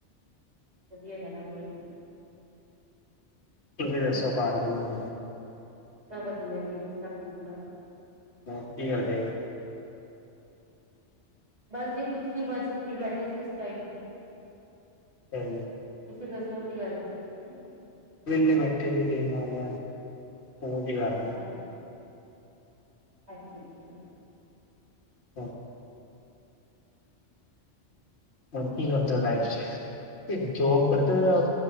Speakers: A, on the right (about 35°); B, on the left (about 65°).
A: ਵਧੀਆ, ਜਾਣਾ ਚਾਹੀਦਾ ਆ।
B: ਤੁਸੀਂ ਦੱਸੋ ਘਰ ਕਿਵੇਂ ਆ ਸਾਰੇ?
A: ਸਬ ਵਧੀਆ ਜੀ, ਸਭ ਠੀਕ ਆ।
B: ਹਾਂ, ਕੀ ਕਰਦੇ ਸੀ?
A: ਬਸ ਜੀ ਕੁਛ ਨੀ, ਬਸ ਫ੍ਰੀ ਬੈਠੇ ਸੀ ਇਸ ਟਾਈਮ।
B: ਹੂੰ <unintelligible>
A: ਤੁਸੀਂ ਦੱਸੋ ਕੀ ਕਰ ਰਹੇ ਸੀ?
B: ਵੇਲੇ ਬੈਠੇ ਸੀਗੇ ਜੇ, ਇਹਨਾਂ ਨਾਲ ਹੋਰ ਕੀ ਕਰਨਾ।
A: ਅੱਛਾ-ਅੱਛਾ।
B: ਹਾਂ। ਹੋਰ ਕੀ ਕਰਦੇ ਓ ਲਾਈਫ ਚ'? ਜੌਬ ਕਰਤੇ ਹੋ ਜਾਂ